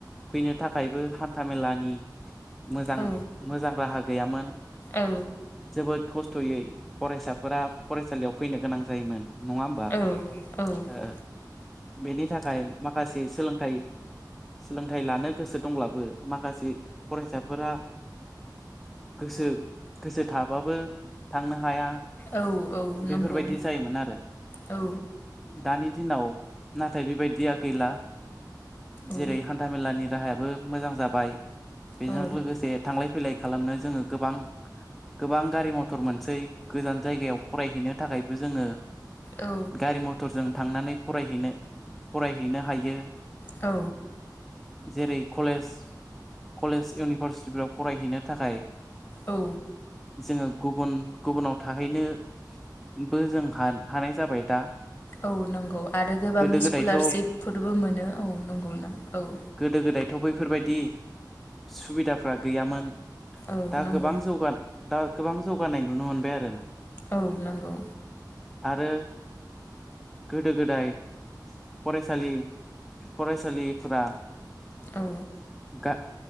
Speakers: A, in the centre; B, on the left.
A: फैनो थाखायबो हान्था मेलानि मोजां
B: औ
A: मोजां राहा गैयामोन
B: औ
A: जोबोद खस्थ'यै फरायसाफोरा फरायसालियाव फैनो गोनां जायोमोन। नङा होमबा
B: औ औ
A: ओ बेनि थाखाय माखासे सोलोंथाइ सोलोंथाइ लानो गोसो दंब्लाबो माखासे फरायसाफोरा गोसो गोसो थाबाबो थांनो हाया
B: औ औ नंगौ
A: बेफोरबायदि जायोमोन आरो
B: औ
A: दानि दिनाव नाथाय बेबायदिया गैला।
B: औ
A: जेरै हान्था मेलानि राहायाबो मोजां जाबाय बेजों
B: औ
A: लोगोसे थांलाय फैलाय खालामनो जोङो गोबां गोबां गारि मथर मोनसै गोजान जायगायाव फरायहैनो थाखायबो जोङो
B: औ
A: गारि मथरजों थांनानै फरायहैनो फरायहैनो हायो।
B: औ।
A: जेरै कलेज कलेज इउनिभारसिटिफोराव फरायहैनो थाखाय।
B: औ।
A: जोंङो गुबुन गुबुनाव थाहैनोबो जों हानाय जाबाय दा।
B: औ नंगौ आरो गोबां
A: गोदो गोदायथ'
B: स्कलारशिपफोरबो
A: औ
B: मोनो औ नंगौ न औ।
A: गोदो गोदायथ' बैफोरबायदि सुबिदाफ्रा गैयामोन।
B: औ
A: दा
B: नंगौ
A: गोबां जौगा दा गोबां जौगानाय नुनो मोनबाय आरो ना।
B: औ नंगौ।
A: आरो। गोदो गोदाय फरायसालि फरायसालिफोरा। <inaudible>
B: औ
A: गा